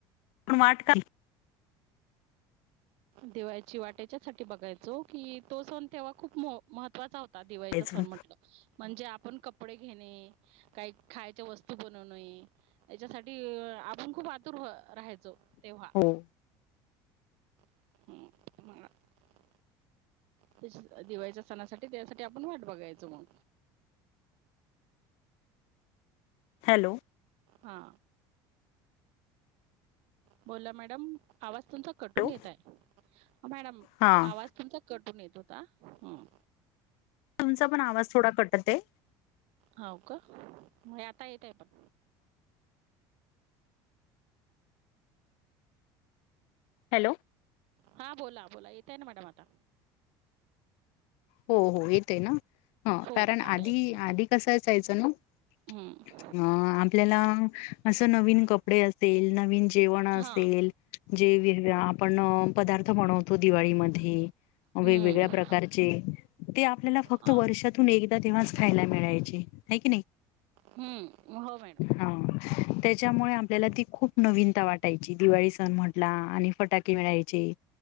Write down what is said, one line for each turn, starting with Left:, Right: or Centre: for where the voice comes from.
Left: पण वाट कर
Right: दिवाळी ची वाटेच्या साठी बघायचो कि तो सण तेव्हा खूप महत्त्वाचा होता आता दिवाळीचा
Left: बघायचो
Right: सण म्हंटलं म्हणजे आपण कपडे घेणे काही खायच्या वस्तू बनवण त्याच्यासाठी आपण खूप आतुर राहायचो तेव्हा
Left: हो
Right: हम म त्याच्या दिवाळीच्या सणासाठी त्यासाठी आपण वाट बघायचो मग
Left: हॅलो
Right: हा बोला मॅडम आवस् तुमचा कट
Left: हॅलो
Right: हून येत आहे मॅडम
Left: हा
Right: आवाज तुमचा कट हुन येत तता हम
Left: तुमचा पण आवाज थोडा कटते
Right: हो का म आता येतय पण
Left: हॅलो
Right: हा बोला बोला येतय ना मॅडम आता
Left: हो हो येत आहे ना ह
Right: हो
Left: कारण
Right: आता
Left: आधी
Right: येत
Left: आधी कसा असयचं ना
Right: हम्म
Left: आपल्याला असं नवीन कपडे असेल नवीन जेवण असेल
Right: हा
Left: जे आपण पदार्थ बनवतो दिवाळीमध्ये
Right: हम्म
Left: वेगवेगळ्या प्रकारचे ते आपल्याला फक्त
Right: हा
Left: वर्षातून एकदा तेव्हाच खायला मिळायची आहे की नाही
Right: हम्म हो मॅडम
Left: हा त्याच्यामुळे आपल्याला ती खूप नवीनता वाटायची दिवाळी सण म्हटला आणि फटाके मिळायचे